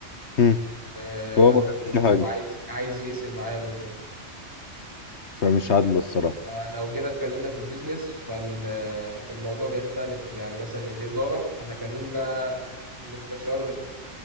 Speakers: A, on the left (about 65°); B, on the right (about 15°).
A: مم.
B: آه،
A: هو ما
B: هو
A: بيعملش
B: برضو
A: حاجه
B: عايز عايز يقسم معايا بالنص
A: فمش عادله الصراحه
B: فلو جينا اتكلمنا في البيزنس فالموضوع بيختلف يعني مثلا الاداره احنا كلمنا مستشار